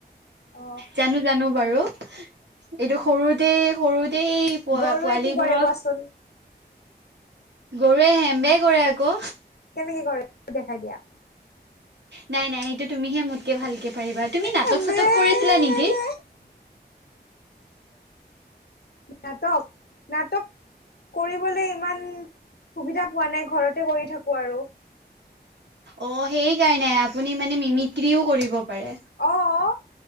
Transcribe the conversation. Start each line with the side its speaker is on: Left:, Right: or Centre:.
Left: অ
Right: জানো জানো বাৰু এইটো সৰুতে সৰুতেই পোৱালীবোৰক
Left: গৰুৱে কি কৰে কোৱাচোন?
Right: গৰুৱে হেম্বে কৰে আকৌ
Left: কেনেকে কৰে দেখাই দিয়া
Right: নাই নাই সেইটো তুমিহে মোতকে ভালকে পাৰিবা, তুমি নাটক
Left: নাটক
Right: চাটক কৰিছিলা নেকি?
Left: নাটক নাটক কৰিবলে ইমান সুবিধা পোৱা নাই ঘৰতে কৰি থাকো আৰু
Right: অঁ, সেই কাৰণে আপুনি মানে মিমিক্ৰীও কৰিব পাৰে।
Left: অঁ,